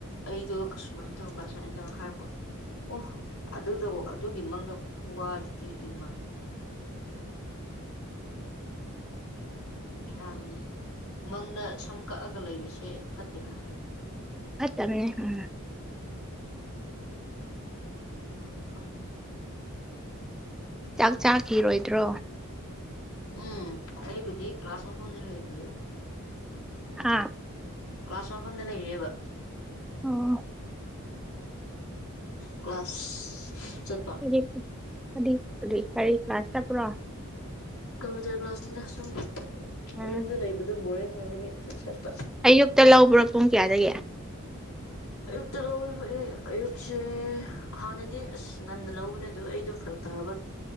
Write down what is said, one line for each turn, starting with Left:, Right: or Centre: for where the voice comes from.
Left: ꯑꯩꯗꯨ ꯀꯁꯃꯥꯏꯟ ꯇꯧꯕ ꯁꯃꯥꯏ ꯇꯧ ꯍꯥꯔꯛꯄ ꯫ ꯑꯣ ꯑꯗꯨꯗꯣ ꯑꯗꯨꯒꯤ ꯃꯪꯗ‌ꯣ ꯈꯨꯋꯥꯗꯨꯗꯤ ꯏꯝꯃꯥ ꯫ ꯕꯤꯔꯥꯅꯤ ꯃꯪꯗ ꯁꯝ ꯀꯛꯑꯒ ꯂꯩꯕꯁꯦ ꯐꯠꯇꯦ ꯍꯥꯏ ꯫
Centre: ꯐꯠꯇꯝꯅ‌ꯦ ꯎꯝ
Left: ꯗꯨꯕꯨ ꯈꯪꯗ‌ꯦ
Centre: ꯆꯥꯛ ꯆꯥꯈꯤꯔꯣꯏꯗ꯭ꯔꯣ?
Left: ꯎꯝ ꯑꯩꯕꯨꯗꯤ ꯀ꯭ꯂꯥꯁ ꯃꯐꯝꯗ ꯂꯩꯔꯤꯌ‌ꯦ ꯫
Centre: ꯍꯥꯥ
Left: ꯀ꯭ꯂꯥꯁ ꯃꯐꯝꯗ ꯂꯩꯔꯤꯌ‌‌ꯦꯕ ꯫
Centre: ꯎꯝ
Left: ꯀ꯭ꯂꯥꯁ ꯆꯠꯄ
Centre: <unintelligible> ꯀꯔꯤ ꯀꯔꯤ ꯀ꯭ꯂꯥꯁ ꯆꯠꯄ꯭ꯔꯣ?
Left: ꯀꯝꯄ꯭ꯌꯨꯇꯔ ꯀ꯭ꯂꯥꯁꯅꯤꯅ ꯁꯨꯝ
Centre: ꯎꯝ
Left: ꯌꯨꯝꯗ ꯂꯩꯕꯗꯨ ꯕꯣꯔꯤꯡ ꯑꯣꯏꯕꯒꯤ ꯁꯨꯝ ꯆꯠꯄ ꯫
Centre: ꯑꯌꯨꯛꯇ ꯂꯧꯕ꯭ꯔꯥ ꯄꯨꯡ ꯀꯌꯥꯗꯩ?
Left: ꯑꯌꯨꯛꯇ ꯂꯧꯕꯅ‌‌ꯦ ꯑꯌꯨꯛꯁꯦ ꯍꯥꯟꯅꯗꯤ ꯑꯁ ꯉꯟꯅ ꯂꯧꯕꯅꯦ ꯑꯗꯨ ꯑꯩꯗꯣ ꯐꯔꯛ ꯇꯔꯕꯥ